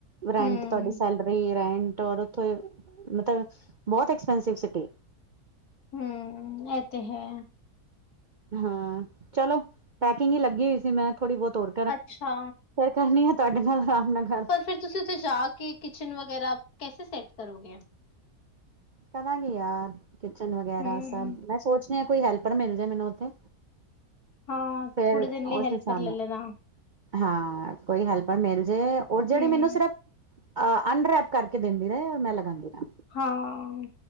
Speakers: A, on the right (about 50°); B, on the left (about 75°).
A: ਰੈਂਟ
B: ਹੂੰ
A: ਤੁਆਡੀ ਸੈਲਰੀ ਰੈਂਟ ਉੱਥੇ, ਮਤਲਬ ਬੋਤ ਐਕਸਪੈਂਸਿਵ ਸਿਟੀ ਏ।
B: ਹੂੰ, ਐ ਤੇ ਹੈ।
A: ਹਾਂ, ਚਲੋ ਪੈਕਿੰਗ ਈ ਲੱਗੀ ਹੋਈ ਸੀ ਮੈਂ ਥੋੜੀ ਬੋਤ ਹੋਰ
B: ਅੱਛਾ।
A: ਫੇਰ ਕਰਨੀ ਆ ਤੁਆਡੇ ਨਾਲ ਆਰਾਮ ਨਾਲ ਗੱਲ
B: ਫੇਰ ਤੁਸੀ ਉੱਥੇ ਜਾ ਕੇ, ਕਿਚਨ ਵਗੈਰਾ ਕੈਸੇ ਸੈੱਟ ਕਰੋਗੇ ਆਂ?
A: ਕਰਾਂਗੀ ਯਾਰ ਕਿਚਨ ਵਗੈਰਾ
B: ਹੂੰ
A: ਸਭ, ਮੈਂ ਸੋਚ ਰਿਆਂ ਕੋਈ ਹੈਲਪਰ ਮਿਲ ਜੇ ਮੈਨੂੰ ਓੱਥੇ
B: ਹਾਂ
A: ਫੇਰ
B: ਥੋੜੇ ਦਿਨ ਲਈ
A: ਓਸ
B: ਹੈਲਪਰ
A: ਹਿਸਾਬ ਨਾਲ
B: ਲੈ ਲੈਣਾ
A: ਹਾਂ, ਕੋਈ ਹੈਲਪਰ ਮੇਲ ਜੇ, ਓ ਜੇੜੀ
B: ਹੂੰ
A: ਮੈਨੂੰ ਸਿਰਫ ਅ ਅਨਰੈਪ ਕਰਕੇ ਦੇਂਦੀ ਰਏ, ਔਰ ਮੈਂ ਲਗਾਂਦੀ ਰਾਂ।
B: ਹਾਂ।